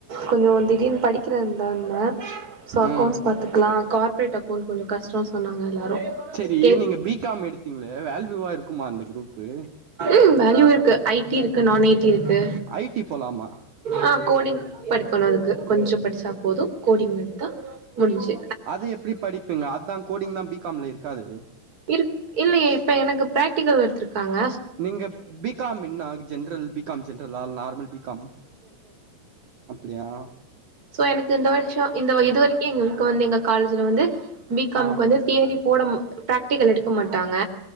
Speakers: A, on the right; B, on the right.
A: கொஞ்சோ திடீர்னு படிக்கிறேன்தா இருந்தே சோ அக்கௌண்ட்ஸ்
B: ம்
A: பாத்துக்கலா கார்பரேட் அக்கௌண்ட் கொஞ்சோ கஷ்டோன்னு சொன்னாங்க எல்லாரு
B: செரி
A: கேட்
B: நீங்க பி காம் எடுத்தீங்களே வேல்யூவா இருக்குமா அந்த குரூப்பு
A: ம் வேல்யூ இருக்கு ஐ டி இருக்கு நான் ஐ டி இருக்கு
B: ஐ டி போலாமா
A: ஆ கோடிங் படிக்கணு அதுக்கு கொஞ்சோ படிச்சா போது கோடிங் எடுத்தா முடிஞ்ச்சி
B: அது எப்டி படிப்பிங்க அதா கோடிங் தா பி காம்ல இருக்காதே
A: இருக் இல்லயே இப்ப எனக்கு பிராக்டிகல் எடுத்துருக்காங்க
B: நீங்க பி காம் என்ன ஜென்ரல் பி காம் ஜென்ரலா நார் மல் பி காம் அப்டியா
A: சோ எனக்கு இந்த வருஷோ இந்த இது வரைக்கு எங்களுக்கு வந்து எங்க காலேஜ்ல வந்து பி காம்க்கு
B: ஆ
A: வந்து தியரி போட மா பிராக்டிக்கல் எடுக்க மாட்டாங்க